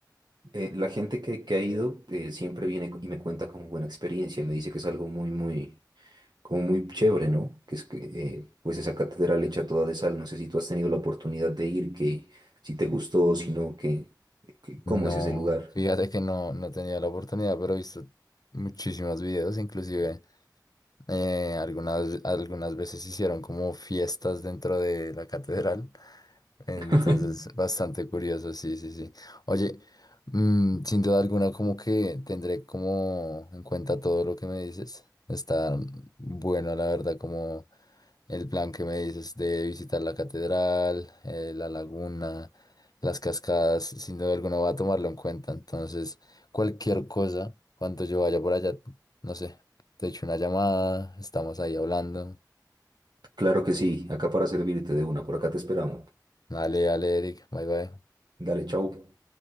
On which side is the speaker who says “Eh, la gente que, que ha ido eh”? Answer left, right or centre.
Right